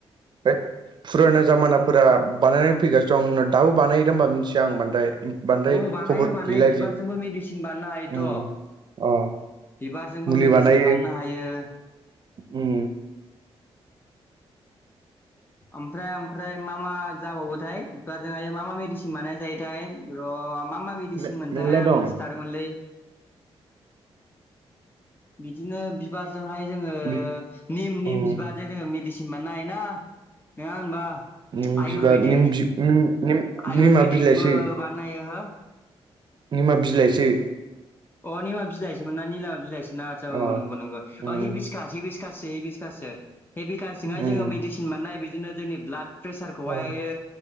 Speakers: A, on the right; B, on the left.
A: फाय फुराना जामानाफोरा बानाय फैगासि दं दाबो बानायोदा होनबा मिथिया आं बांद्राय बांद्राय
B: अ बानायो
A: खबर
B: बानायो
A: गैला
B: बिबारजोंबो
A: इदि
B: मेडिसिन बानायनो हायोथ'
A: उम
B: ।
A: अ
B: बिबारजोंबो
A: मुलि
B: मेडिसिन
A: बानायो
B: बानायनो हायो ।
A: उम
B: ओमफ्राय ओमफ्राय मा मा जाबावोथाया जोंहा मा मा मेडिसिन बानाय जायोथाय रमा मा मा मेडिसिन
A: मे
B: मोनथाय
A: मेल्ला
B: आं
A: दं
B: मि थिथारोमोनलै बिदिनो बिबारजोंहाय जोंङो
A: बि
B: निम निम
A: उम
B: बिबारजों जोंङो मेदिसिन बानायनो हायोना थमबा नङा होनबा
A: निम बिबार
B: आयुरवेदिक
A: निम बि निम निम
B: आयुरवेदिकबो
A: निमा बिलाइसो
B: बानायनो हायो
A: निमा बिलायसो
B: अ निमा बिलाइसोमोन ना निमा बिलाइसोना आसा औ
A: अ
B: नंगौ नंगौ
A: उम
B: हि बिसका हिबिसका बिकाससो हे बिसकासो हेबिकासङाय
A: उम
B: जोंङो मेडिसिन मोन्नाय बिदिनो जोंनि ब्लाड प्रेसारखौहाय
A: अ